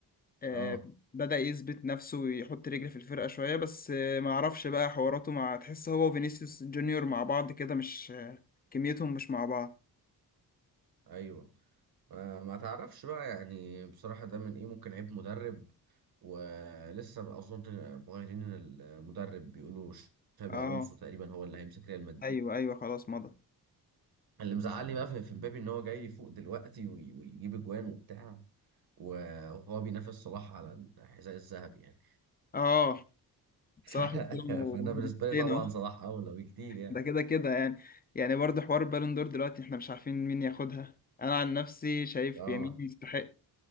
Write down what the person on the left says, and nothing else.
آه،
بدأ يثبت نفسه ويحط رجل في الفرقة شوية بس آه، ما اعرفش بقى حواراته مع تحس هو وفينيسيوس جونيور مع بعض كده مش آه، كميتهم مش مع بعض
اه
ايوه ايوه خلاص مضى
اه
صلاح وسلم
فين
اهو
ده كده كده يعني يعني برضه حوار بالون دور دلوقتي احنا مش عارفين مين ياخدها انا عن نفسي شايف
يمين يستحق